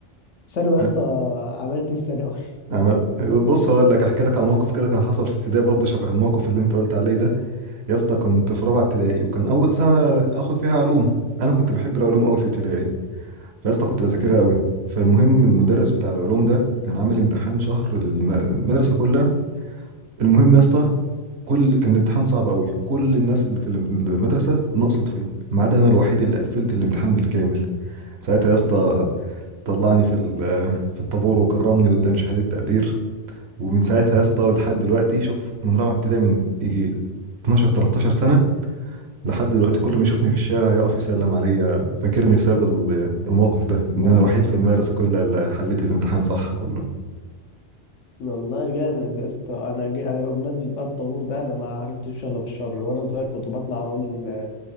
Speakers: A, on the left (about 85°); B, on the right (about 65°).
A: ثانوي يا
B: أ-
A: اسطى عملت ايه في ثانوي <laughs>
B: عمل بص هقول لك أحكي لك على موقف كده كان حصل في ابتدائي برضه شبه الموقف اللي أنت قلت عليه ده يا اسطى كنت في رابعة ابتدائي وكان أول سنة آخد فيها علوم أنا كنت بحب العلوم أوي في ابتدائي فيا اسطى كنت بذاكرها أوي فالمهم المدرس بتاع العلوم ده كان عامل امتحان شهر للمدرسة كلها المهم يا اسطى كل كان الامتحان صعب قوي كل الناس اللي في الام- المدرسه نقصت فيه ما عدا انا الوحيد اللي قفلت الامتحان بالكامل ساعتها يا
A: مش
B: اسطى
A: فاكر
B: طلعني في ال- في الطابور وكرمني واداني شهاده تقدير ومن ساعتها يا اسطى لحد دلوقتي شوف من رابعه ابتدائي من يجي 12 13 سنه لحد دلوقتي كل ما يشوفني في الشارع يقف يسلم عليا فاكرني بسبب ال- الموقف ده
A: الموقف
B: ان انا الوحيد
A: ده
B: في المدرسه كلها اللي حليت الامتحان صح كله
A: والله جامد يا اسطى انا جي... انا بمناسبه بقى الطابور ده انا ما عرفتش الا بالشر وانا صغير كنت بطلع اقول آه،